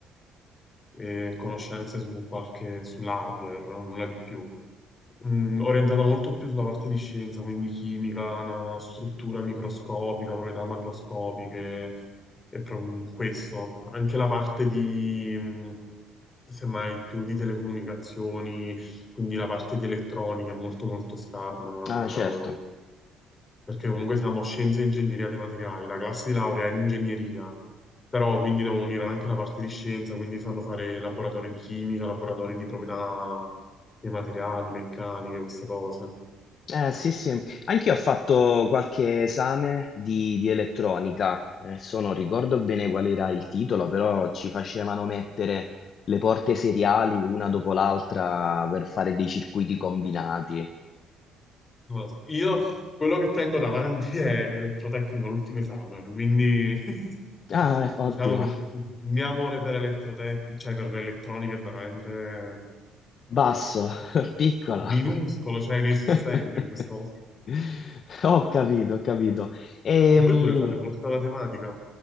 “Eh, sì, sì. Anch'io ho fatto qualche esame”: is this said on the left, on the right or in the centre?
Left